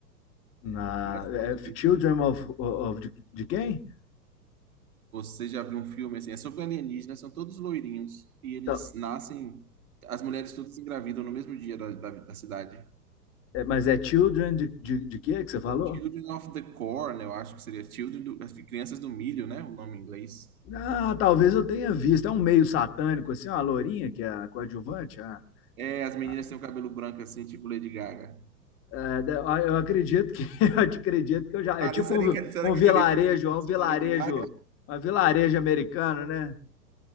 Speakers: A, on the left; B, on the right.
A: Na,
B: Mas em
A: é
B: português.
A: Children of, of de, de quem?
B: Você já viu um filme assim? É sobre alienígenas, são todos loirinhos, e eles
A: Então,
B: nascem, as mulheres todas se engravidam no mesmo dia da, da da cidade.
A: é, mas é Children de, de, de quê que você falou?
B: Children of the Corn, eu acho que seria Children do, acho que Crianças do Milho, né? O nome em inglês.
A: Ah, talvez eu tenha visto. É um meio satânico, assim, uma lourinha que é a coadjuvante, a,
B: É, as meninas
A: a,
B: têm o cabelo branco assim, tipo Lady Gaga.
A: É, eu acredito que <laughs> eu acredito que eu já.
B: Ah,
A: É tipo
B: Ali seria,
A: um, vi-
B: que- será
A: um
B: que
A: vilarejo,
B: aquele filme é influência
A: é um vilarejo,
B: da Lady Gaga?
A: um vilarejo americano, né?